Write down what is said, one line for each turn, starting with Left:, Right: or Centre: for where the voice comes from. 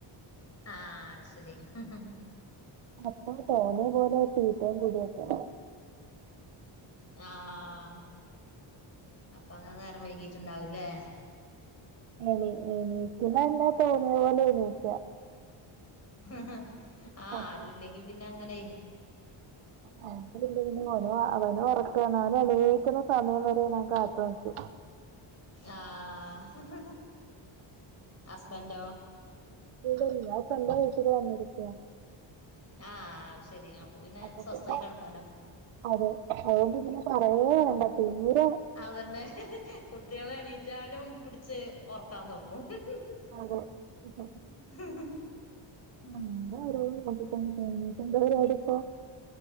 Left: ആ ശരി ഹി ഹി
Right: അപ്പൊ തോന്നിയ പോലെ തീറ്റയും കൂടിയൊക്കെ
Left: അ അ ഹ അപ്പ അങ്ങനെ നേരം വൈകിട്ടുണ്ടാവൂലേ
Right: എണി എണീക്കുന്നല്ല തോന്നിയ പോലെ എണീക്ക
Left: ഹ് ഹ് ആ
Right: അപ്പൊ
Left: ആരുല്ലെങ്കിൽ പിന്നെ അങ്ങനയ്
Right: ഹസ്ബന്റ് ഇല്ലെങ്കി അവന് അവന് ഉറക്കാണ് അവൻ എണിക്കുന്ന സമയം വരെ ഞാൻ കാത്തു നിക്കും
Left: ആഹ് ഹ് ഹ് ഹ് ഹസ്‌ബെൻ്റൊ
Right: <unintelligible> ഞാൻ പെൻ്റെ വീട്ടില് വന്നിരിക്കാ
Left: ആഹ് അഅ്ശരി അപ്പ പിന്നെ
Right: അപ്പൊ
Left: സ്വസ്ഥായി
Right: പിന്നെ
Left: കെടക്കാലോ
Right: അതെ അഅ്കൊണ്ട് പിന്ന പറയേവേണ്ട തിമിരൊ
Left: അതെന്നെ! !!!! കുട്ട്യളെണീറ്റാലും പുടിച്ച് ഒർക്കാം നോക്കും! !!!!
Right: <unintelligible>
Left: !!!!!!!!!
Right: <unintelligible> പ്പോ